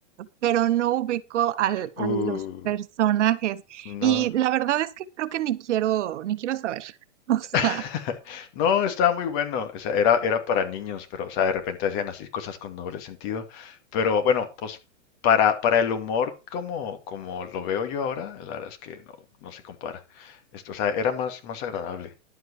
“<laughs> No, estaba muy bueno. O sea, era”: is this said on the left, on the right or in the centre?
Left